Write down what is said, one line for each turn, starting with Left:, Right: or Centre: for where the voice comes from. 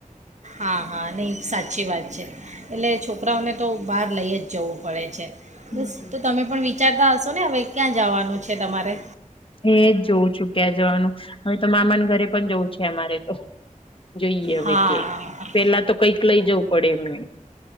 Right: હા હા નહ સાચી વાત છે. એટલે છોકરાઓને તો બહાર લઈ જ જવું પડે છે.
Left: હમ.
Right: બસ તો તમે પણ જા હશો ને હવે ક્યાં જવાનું છે. તમારે
Left: એજ જોઉં છું ક્યાં જવાનું હવે તો મામા ઘરે પણ જવું છે, અમારે તો. જોઈએ હવે
Right: હા
Left: કે પેલા તો કઈક લઈ જવું પડે એમને